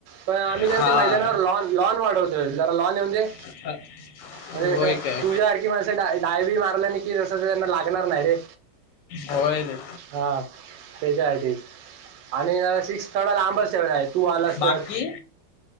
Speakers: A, on the right (about 80°); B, on the left (about 80°).
A: पण आम्ही
B: हा
A: जरा ते मैदानावर लोन लोन वाढवतो जरा लॉन येऊदे
B: <unintelligible>
A: म्हणजे कसं
B: काय
A: तुझ्या साणखी माणसं डा डाय बीय मारला नी की जसं त्यांना लागणार नाय रे
B: होय रे
A: हा तेज्या साठी आणि सिक्स थोडा लांब ठेवलाय तू आलास
B: बाकी
A: तर